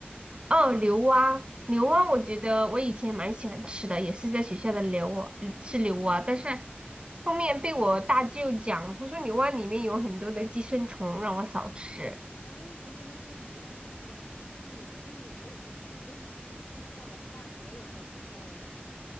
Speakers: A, on the right (about 25°); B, on the left (about 55°).
A: 哦，牛蛙，牛蛙，我觉得我以前蛮喜欢吃的，也是在学校的牛蛙吃牛蛙，但是后面被我大舅讲，他说牛蛙里面有很多的寄生虫，让我少吃。
B: 哦，是他们说牛蛙有那个激素，我后面我也不吃了，但是就是我是上完大学我才知道的，